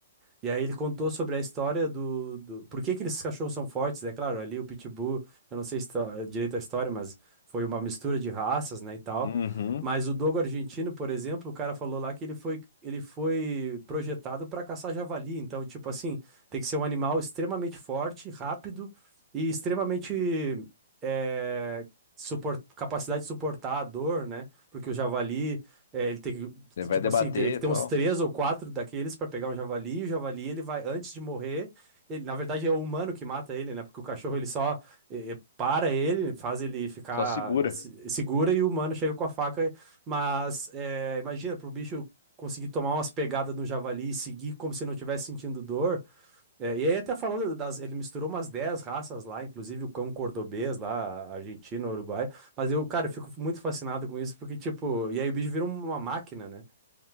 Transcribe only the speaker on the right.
E aí ele contou sobre a história do, do... Por que que esses cachorros são fortes, né? Claro, ali o Pitbull, eu não sei histó- direito a história, mas foi uma mistura de raças, né, e tal.
Mas o dogo argentino, por exemplo, o cara falou lá que ele foi, ele foi projetado para caçar javali. Então, tipo assim, tem que ser um animal extremamente forte, rápido e extremamente... eh, supor- capacidade de suportar a dor, né? Porque o javali, eh, ele tem que
Tipo
assim, teria que ter
uns três ou quatro daqueles pra pegar um javali, e o javali ele vai, antes de morrer, ele, na verdade é o humano que mata ele, né? Porque o cachorro ele só eh, eh, para ele, faz ele ficar
assim, segura e o humano chega com a faca. Mas eh, imagina, pro bicho conseguir tomar umas pegadas do javali e seguir como se não tivesse sentindo dor. É, e aí até falou das, ele misturou umas 10 raças lá, inclusive o cão cordobês lá, Argentina, Uruguai. Mas eu, cara, eu fico muito fascinado com isso, porque, tipo, e aí o bicho vira uma máquina, né?